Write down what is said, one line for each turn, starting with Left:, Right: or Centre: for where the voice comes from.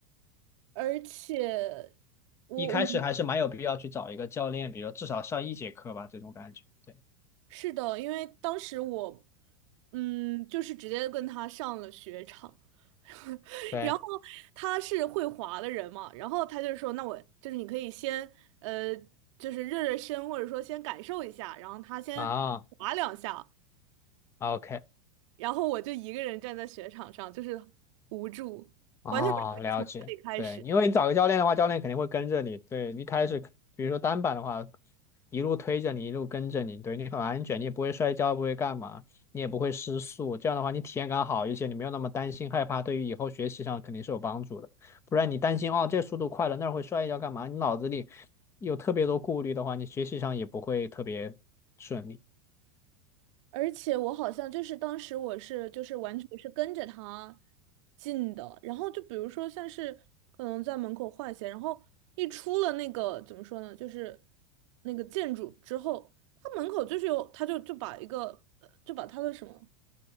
Right: 而且我我嗯
Left: 一开始还是蛮有必要去找一个教练，比如至少上一节课吧，这种感觉。对
Right: 是的，因为当时我，嗯，就是直接跟他上了雪场，<laughs>
Left: 对
Right: 然后他是会滑的人嘛，然后他就说，那我就是你可以先，呃，就是热热身，或者说先感受一下，然后他先滑两下，
Left: 啊。OK，
Right: 然后我就一个人站在雪场上，就是无助，
Left: 哦，
Right: 完全不知道该从哪里开始。
Left: 了解，对，因为你找个教练的话，教练肯定会跟着你，对，一开始，比如说单板的话，一路推着你，一路跟着你，对你很安全，你也不会摔跤，不会干嘛，你也不会失速，这样的话你体验感好一些，你没有那么担心害怕，对于以后学习上肯定是有帮助的。不然你担心哦，这速度快了，那儿会摔一跤干嘛？你脑子里有特别多顾虑的话，你学习上也不会特别顺利。
Right: 而且我好像就是当时我是就是完全是跟着他进的，然后就比如说像是可能在门口换鞋，然后一出了那个怎么说呢，就是那个建筑之后，他门口就是有他就就把一个呃就把他的什么